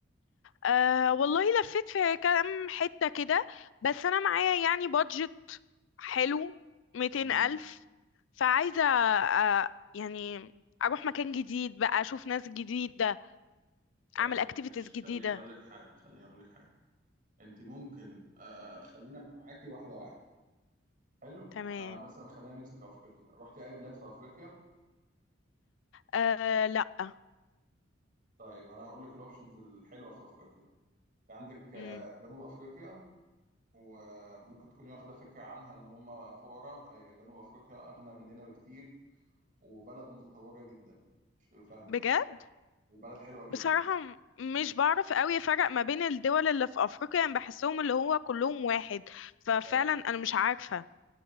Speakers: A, on the left; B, on the right.
A: أه والله لفيت في كام حتة كده بس أنا معايا يعني بادجت حلو ميتين
B: امم
A: ألف فعايزة أه يعني أروح مكان جديد بقى أشوف ناس جديدة
B: طيب
A: أعمل أكتيفيتيز
B: ماشي
A: جديدة
B: خليني أقول لك حاجة خليني أقول لك حاجة انت ممكن آه آه، خلينا معاكي واحدة واحدة حلو
A: تمام
B: احنا مثلا خلينا نمسك أفريقيا رحتي أي بلاد في أفريقيا؟
A: أه لأ
B: طيب أنا هقول لك الأوبشنز الحلوة في أفريقيا في عندك آه،
A: مم.
B: جنوب أفريقيا وممكن تكوني واخدة فكرة عنها إن هم فقراء آه، جنوب أفريقيا أغنى مننا بكتير وبلد متطورة جدا مش تبقى فاهمة
A: بجد
B: وبلد حلوة جدا
A: بصراحة م- مش بعرف قوي أفرق ما بين الدول اللي في أفريقيا يعني بحسهم اللي هو كلهم واحد ففعلا
B: لا لا
A: أنا مش عارفة